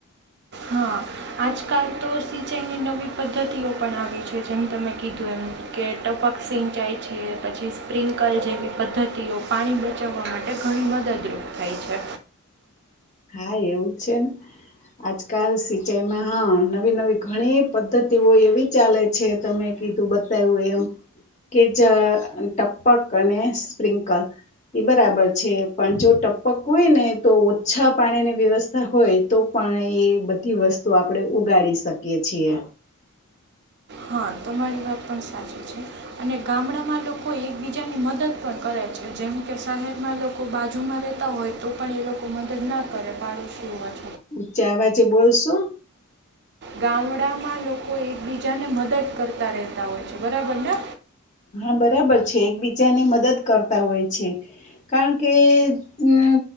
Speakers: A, on the right; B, on the left.
A: હા આજકાલ તો સિંચાઈની નવી પદ્ધતિઓ પણ આવી છે જેમ તમે કીધું એમ કે ટપક સિંચાઈ છે પછી સ્પ્રિન્કલ જેવી પદ્ધતિઓ પાણી બચાવવા માટે ઘણી મદદરૂપ થાય છે.
B: હા એવું છે ને આજકાલ સિંચાઈમાં હા નવી નવી ઘણી પદ્ધતિઓ એવી ચાલે છે તમે કીધું બતાયવું એમ કે જ ટપક અને સ્પ્રિંકલ એ બરાબર છે પણ જો ટપક હોય ને તો ઓછા પાણીની વ્યવસ્થા હોય તો પણ એ બધી વસ્તુ આપડે ઉગાડી શકીએ છીએ.
A: હા તમારી વાત પણ સાચી છે અને ગામડામાં લોકો એકબીજાની મદદ પણ કરે છે જેમ કે શહેરમાં લોકો બાજુમાં રહેતા હોય તો પણ એ લોકો મદદ ના કરે પાડોશીઆજ
B: ઉચ્ચા આવાજે બોલશો.
A: ગામડામાં લોકો એકબીજાને મદ દદ કરતા રહેતા હોય છે બરાબર ને.
B: હા બરાબર છે એકબીજાની મદદ કરતા હોય છે કારણ કે અમ